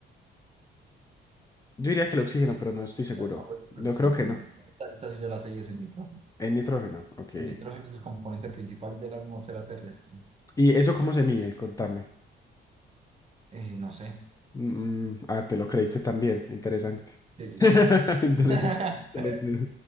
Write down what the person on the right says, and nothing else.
Apoyo el
oxígeno.
Esta esta sí yo la sé y es el nitrógeno.
El nitrógeno es el componente principal de la atmósfera terrestre.
Eh, no sé.
Sí, sí,
sí.
<laughs>